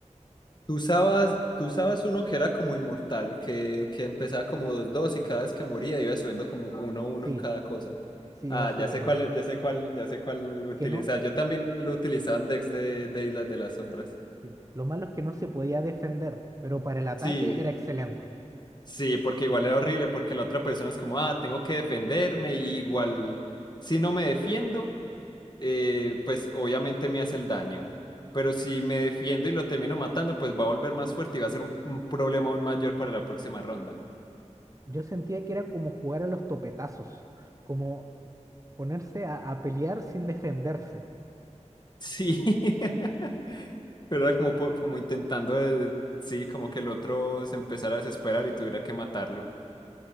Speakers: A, on the left (about 35°); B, on the right (about 25°).
A: Tú usabas, tú usabas uno que era como inmortal, que, que empezaba como dos dos y cada vez que moría iba subiendo como uno uno
B: Sí,
A: en cada cosa.
B: sí,
A: Ah,
B: va subiendo
A: ya sé cuál,
B: uno.
A: ya sé cuál, ya sé cuál
B: Y
A: utilizaba.
B: que no,
A: Yo también lo utilizaba en decks de, de Islas de las Sombras.
B: sí. Lo malo es que no se podía defender, pero para el ataque
A: Sí,
B: era excelente.
A: sí, porque igual era horrible, porque la otra persona es como, ah, tengo que defenderme, y igual si no me defiendo, eh, pues obviamente me hace el daño. Pero si me defiendo y lo termino matando, pues va a volver más fuerte y va a ser un un problema aún mayor para la próxima ronda.
B: Yo sentía que era como jugar a los topetazos, como ponerse a, a pelear sin defenderse.
A: Sí, <laughs> pero era como, po- como intentando, de- sí, como que el otro se empezara a desesperar y tuviera que matarlo.